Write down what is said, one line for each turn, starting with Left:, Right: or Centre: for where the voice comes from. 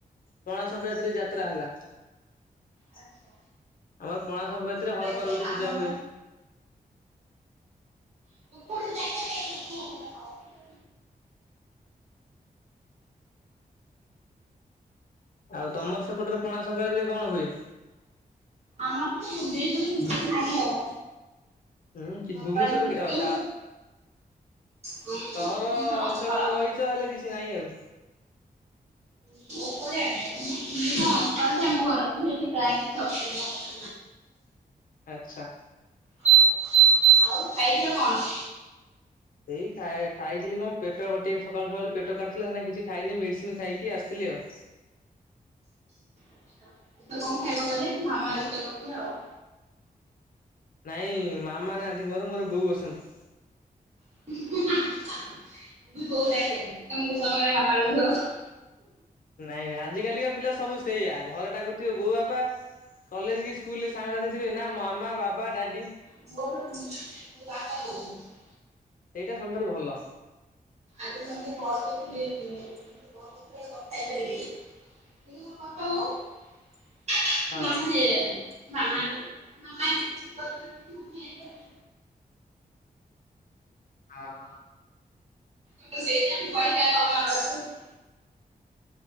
Left: ପଣା ସଂକ୍ରାନ୍ତିରେ ଯାତ୍ରା ହେଲା। ଆମର
Right: ଆଚ୍ଛା
Left: ପଣା ସଂକ୍ରାନ୍ତିରେ
Right: ଯାତ୍ରା
Left: ହର ପାର୍ବତୀ
Right: ହୁଏ
Left: ପୂଜା
Right: ଆମର
Left: ହୁଏ।
Right: <unintelligible>
Left: ଆଉ ତମର ସେପଟରେ ପଣା ସଂକ୍ରାନ୍ତିରେ କଣ ହୁଏ?
Right: ଆମର ତ ଭୁବନେଶ୍ଵରରେ କିଛି <unintelligible> ଆଉ
Left: ହୁଁ କି
Right: ନର୍ମାଲ
Left: ଭୁବନେଶ୍ଵରରେ
Right: ଯୋଉ
Left: ଟା
Right: ଭୁବନେଶ୍ୱର
Left: ସହର ର ଅଞ୍ଚଳରେ
Right: ଅଂଶପାଳ।
Left: ରହିଛ ହେଲେ କିଛି ନାହିଁ ଆଉ
Right: <unintelligible>
Left: ଆଚ୍ଛା
Right: <inaudible> ଆଉ ଖାଇଚ କଣ?
Left: ଏଇ ଖାଇ ଖାଇଥିଲି କଣ ପେଟ ଗଟେ ସକାଳୁ ସକାଳୁ ପେଟ କାଟୁଥିଲା ହେନା କିଛି ଖାଇନି ମେଡିସିନ ଖାଇକି ଆସିଥିଲି ଆଉ
Right: ଏବେ କଣ ଖାଇବା ଗଲେ ମାମା ରୋସେଇ କଠ ଆଉ
Left: ନାଇଁ ମାମା ନାହାନ୍ତି ମୋର ମୋର ବୋଉ ଅସନ୍ତି
Right: ମୁ ବହୁତ ଆମ ସ ନାମାର <unintelligible>
Left: ନାଇଁ ନାଇଁ ଆଜିିକାଲିକା ପିଲା ସବୁ ସେଇଆ ଘରଟାକୁ ଥିବ ବୋଉ ବାପା କଲେଜ କି ସ୍କୁଲରେ ସାଙ୍ଗସଥି ଥିବେ ନା ମାମା ବାବା ଡାଡି
Right: ହ <unintelligible> <inaudible>
Left: ସେଇଟା ସବୁଠାରୁ ଭଲ
Right: ଆଜି କଣ କରଥିଲି କଣଥିଲେ ବଳେ କଥା ହେଇପାରିବେ <unintelligible> ହ କ ହ
Left: ହଁ।
Right: <unintelligible> ମାମା <unintelligible>
Left: ଆଉ
Right: <unintelligible>